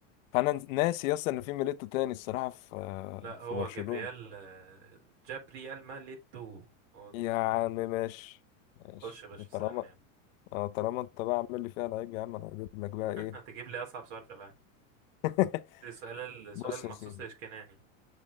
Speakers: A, on the left (about 80°); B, on the right (about 55°).
A: فانا ناسي اصلا ان في ميليتو تاني الصراحه في
B: لا هو
A: في برشلونه
B: جابرييل آه، جابرييل ميليتو هو كده
A: يا عم ماشي ماشي
B: خش يا باشا اسالني
A: طالما
B: يلا.
A: آه، طالما انت بقى عامل لي فيها لعيب يا عم انا هجيب لك بقى
B: <laughs>
A: ايه
B: هتجيب لي اصعب سؤال في العالم
A: <laughs>
B: ده سؤال سؤال
A: بص
B: مخصوص
A: يا سيدي
B: لاشكناني